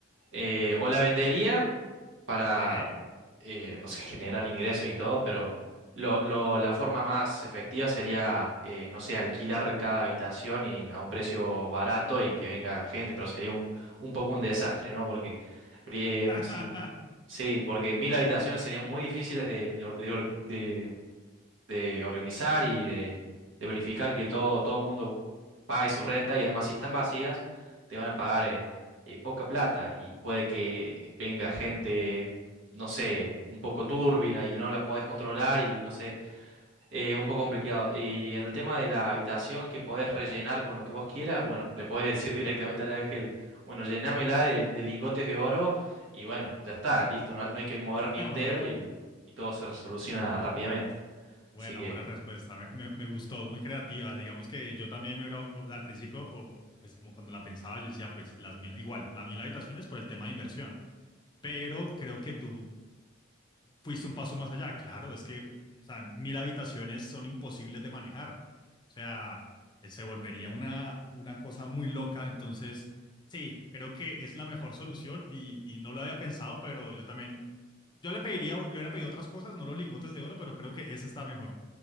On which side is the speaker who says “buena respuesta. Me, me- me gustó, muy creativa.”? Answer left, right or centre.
Left